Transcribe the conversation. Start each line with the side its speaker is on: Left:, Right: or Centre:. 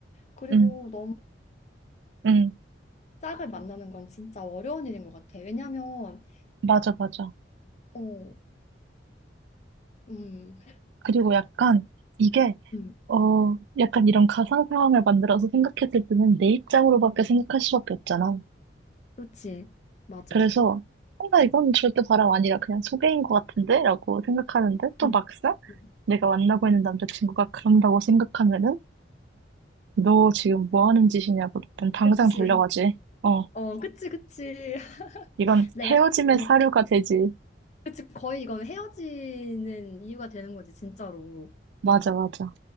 Left: 그리고
Right: 응,
Left: 너무
Right: 응,
Left: 짝을 만나는 건 진짜 어려운 일인 것 같아. 왜냐면,
Right: 맞아, 맞아.
Left: 어, 음,
Right: 그리고 약간 이게,
Left: 음,
Right: 어, 약간 이런 가상 상황을 만들어서 생각했을 때는 내 입장으로밖에 생각할 수밖에 없잖아.
Left: 그치. 맞아.
Right: 그래서, 뭔가 이건 절대 바람 아니라 그냥 소개인 것 같은데? 라고 생각하는데 또
Left: 음,
Right: 막상
Left: 음.
Right: 내가 만나고 있는 남자친구가 그런다고 생각하면은 너 지금 뭐 하는 짓이냐고. 난 당장
Left: 그치.
Right: 달려가지. 어,
Left: 어, 그치, 그치. <laughs>
Right: 이건
Left: 내가
Right: 헤어짐의
Left: 사실 이,
Right: 사료가 되지.
Left: 그치. 거의 이건 헤어지는 이유가 되는 거지, 진짜로.
Right: 맞아, 맞아.